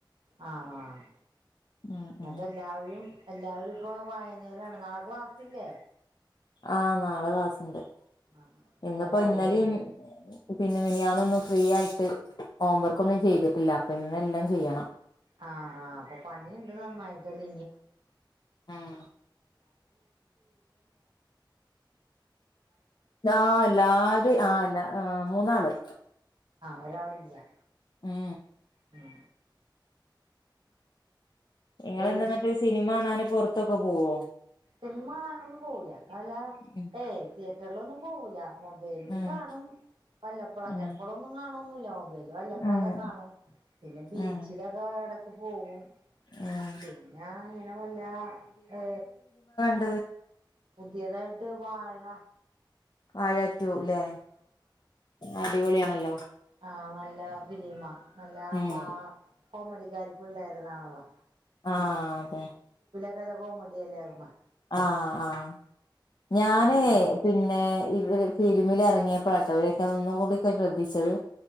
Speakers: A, on the right; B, on the left.
A: ആഹ് ആഹ്
B: ഉം
A: എന്നട്ടെല്ലാവരും
B: ഉം
A: എല്ലാവരും ഇപ്പ വായനേലാണ് നാളെ ക്ലാസ്സില്ലേ
B: ആഹ് നാളെ ക്ലാസ്ണ്ട്
A: ആഹ്
B: ഇന്നിപ്പോ
A: അപ്പൊ രാവിലെ
B: ഇന്നലേം
A: പോവും
B: പിന്നെ മിനിയാനൊന്നും ഫ്രീ ആയിട്ട് ഹോംവർക്ക് ഒന്നും ചെയ്തിട്ടില്ല അപ്പൊ ഇന്നെല്ലാം ചെയ്യണം
A: ആഹ് ആഹ് അപ്പൊ പണിയൊണ്ട് നന്നായിട്ടത്
B: ആഹ് ആ എല്ലാര് ആ എല്ലാ ആ മൂന്നാള്
A: ഒരാളില്ല്യ
B: ഉഹ്
A: ഉം
B: നിങ്ങളെന്താന്നിട്ട്
A: ഏത്
B: സിനിമണാനും പൊറത്തൊക്കെ പുവോ
A: സിൽമകാണാനൊന്നും പോവുല്ല അല
B: ഉം
A: ഏയ് തിയേറ്ററിലൊന്നും പോവൂല്ല ല മൊബൈലിൽ
B: ഉം
A: കാണും പല്ലപ്പഴൊക്കെ
B: ഉം
A: എപ്പഴൊന്നും കാണും <unintelligible> പിന്നെ വെല്ലപ്പളൊക്കെ
B: ഉം
A: കാണും, പിന്നെ ബീച്ചിലൊക്കെ
B: ഉം
A: എടക്ക് പോവും
B: ഉം
A: പിന്നെ അങ്ങനെ വെല്ല ഏ
B: അ
A: പുതിയതായിട്ട് വാഴ
B: ആ പറ്റുല്ലെ അടിപൊളിയാണല്ലോ
A: ആ നല്ല ഫിലിമാ അല്ല
B: ഉം
A: ആ കോമഡിക്കാരി പിള്ളേരുതാണല്ലോ
B: ആ അതെ
A: നല്ല കോമഡി അല്ലായിരുന്നോ
B: ആ ആ ഞാനേ
A: നല്ല
B: പിന്നെ ഇവര് ഫിലിമിൽ ഇറങ്ങിയ ഇപ്പോളാട്ടോ ഇവരൊക്കെ ഒന്നും കൂടിക്കെ ശ്രദ്ധിച്ചത്